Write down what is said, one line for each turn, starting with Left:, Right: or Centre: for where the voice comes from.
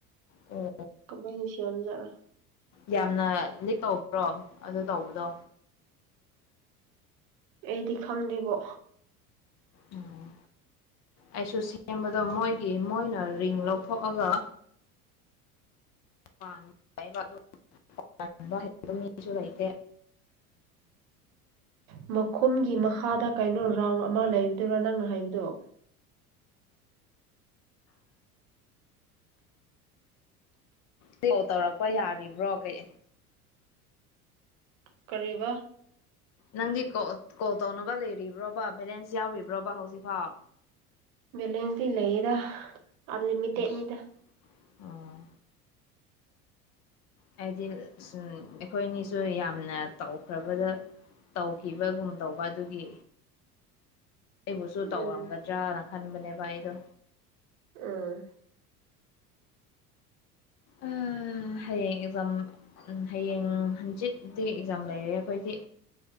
Left: ꯑꯣ
Right: ꯀꯃꯥꯏꯅ ꯁ‌ꯦꯝ ꯖꯥꯠꯅꫭ
Left: ꯌꯥꯝꯅ ꯅꯤꯛ ꯇꯧꯕ꯭ꯔꯣ ꯑꯗꯨ ꯇꯧꯕꯗꯣ
Right: ꯑꯩꯗꯤ ꯈꯪꯗꯕ
Left: ꯎꯝ ꯑꯩꯁꯨ ꯁꯦꯝꯕꯗꯣ ꯃꯣꯏꯒꯤ ꯃꯣꯏꯅ ꯔꯤꯡ ꯂꯧꯊꯣꯛꯑꯒ <unintelligible> <unintelligible> <unintelligible> ꯍꯩꯕ ꯃꯤꯁꯨ ꯂꯩꯇꯦ
Right: <inaudible> ꯃꯈꯨꯝꯒꯤ ꯃꯈꯥꯗ ꯀꯩꯅꯣ ꯔꯥꯎꯟ ꯑꯃ ꯂꯩꯕꯗꯨꯔ ꯅꯪꯅ ꯍꯥꯏꯕꯗꯨꯣ
Left: ꯇꯧ ꯇꯧꯔꯛꯄ ꯌꯥꯔꯤꯕ꯭ꯔꯣꯒꯩ
Right: ꯀꯔꯤꯕ
Left: ꯅꯪꯗꯤ ꯀꯣꯜ ꯇꯧꯅꯕ ꯂꯩꯔꯤꯕ꯭ꯔꯣꯕ ꯕꯦꯂꯦꯟꯁ ꯌꯥꯎꯔꯤꯕ꯭ꯔꯣꯕ ꯍꯧꯖꯤꯛꯐꯥꯎ
Right: ꯕꯦꯂꯦꯟꯁꯇ ꯂꯩꯌꯦꯗ ꯑꯟꯂꯤꯃꯤꯇꯦꯠꯅꯤꯗ
Left: ꯑꯩꯁ ꯑꯣ ꯍꯥꯏꯗꯤ ꯁ ꯑꯩꯈꯣꯏꯅꯤꯁꯨ ꯌꯥꯝꯅ ꯇꯧꯈ꯭ꯔꯕꯗ ꯇꯧꯈꯤꯕꯒꯨꯝ ꯇꯧꯕ ꯑꯗꯨꯒꯤ ꯑꯩꯕꯨꯁꯨ
Right: ꯎꯝ
Left: ꯇꯧꯔꯝꯒꯗ꯭ꯔꯅ ꯈꯟꯕꯅꯦꯕ ꯑꯩꯗꯣ
Right: ꯑꯥ
Left: ꯎꯝ ꯍꯌꯦꯡ ꯑꯦꯛꯖꯥꯝ ꯍꯌꯦꯡ ꯍꯪꯆꯤꯠꯗꯤ ꯑꯦꯛꯖꯥꯝ ꯂꯩꯔꯦ ꯑꯩꯈꯣꯏꯗꯤ